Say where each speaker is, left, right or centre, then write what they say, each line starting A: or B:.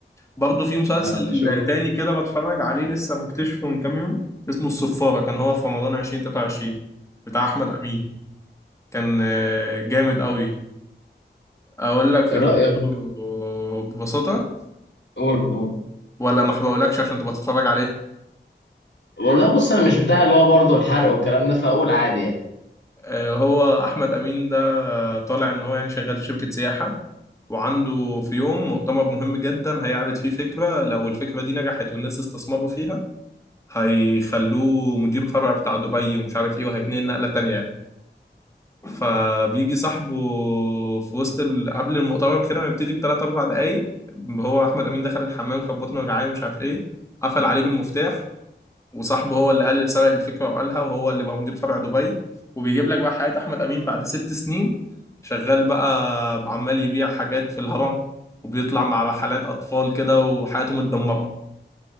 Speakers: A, on the left (about 15°); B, on the left (about 70°).
A: برضه في مسلسل
B: أبقى أشوفها
A: تاني كده بتفرج عليه لسه مكتشفه من كام يوم اسمه الصفارة كان هو في رمضان 2023 بتاع أحمد أمين كان آه، جامد قوي اقول لك فكرته
B: ايه رأيك
A: ببساطه
B: قول قول
A: ولا ما بقولكش عشان تبقى تتفرج عليه
B: والله بص انا مش بتاع اللي هو برضه الحرق والكلام ده فاقول عادي يعني
A: آه، هو احمد امين ده طالع ان هو يعني شغال في شركه سياحه وعنده في يوم مؤتمر مهم جدا هيعرض فيه فكره لو الفكره دي نجحت والناس استثمروا فيها هيخلوه مدير فرع بتاع دبي ومش عارف ايه وهيتنقل نقله تانية يعني فبيجي صاحبه في وسط ال... قبل المؤتمر كده ما يبتدي بثلاث اربع دقايق هو احمد امين دخل الحمام كان بطنه وجعان مش عارف ايه قفل عليه بالمفتاح وصاحبه هو اللي قال اللي سبق الفكره وقالها وهو اللي بقى مدير فرع دبي وبيجيب لك بقى حياه احمد امين بعد ست سنين شغال بقى عمال يبيع حاجات في الهرم وبيطلع مع رحلات اطفال كده وحياته متدمره